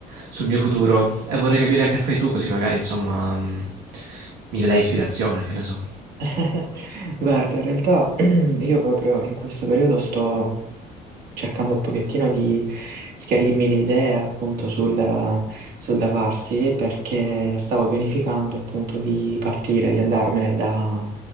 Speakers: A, on the right; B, on the right.
A: sul mio futuro e vorrei capire che fai tu, così magari insomma mm, mi dai ispirazione, che ne so.
B: <laughs> Guarda, in realtà <clears throat> io proprio in questo periodo sto, cercando un pochettino di schiarirmi le idee appunto sul, sul da farsi perché stavo pianificando appunto di partire, di andarmene da,